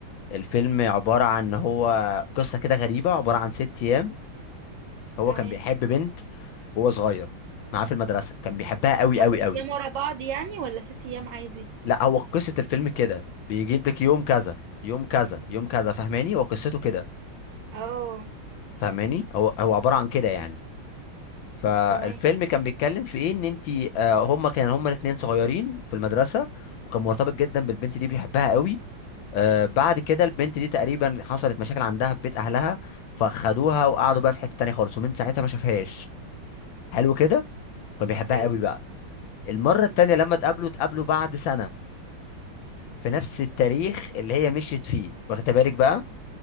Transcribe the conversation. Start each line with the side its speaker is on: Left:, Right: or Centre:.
Left: الفيلم عبارة عن ان هو قصة كده غريبة عبارة عن ست ايام هو
Right: تمام
Left: كان بيحب بنت وهو صغير معاه في المدرسة كان بيحبها قوي
Right: هما
Left: قوي
Right: ست
Left: قوي
Right: ايام ورا بعض يعني ولا ست ايام عادي
Left: لا هو قصة الفيلم كده بيجيب لك يوم كذا يوم كذا يوم كذا فاهماني هو قصته كده
Right: اه
Left: فاهماني هو هو عبارة عن كده يعني فالفيلم
Right: تمام
Left: كان بيتكلم في ايه ان انت هما كان هما الاتنين صغيرين في المدرسة وكان مرتبط جدا بالبنت دي بيحبها قوي آه بعد كده البنت دي تقريبا حصلت مشاكل عندها في بيت اهلها فخدوها وقعدوا بقى في حتة تانية خالص ومن ساعتها ما شافهاش حلو كده كان بيحبها
Right: حلو
Left: قوي بقى المرة التانية لما اتقابلوا اتقابلوا بعد سنة في نفس التاريخ اللي هي مشيت فيه واخد بالك بقى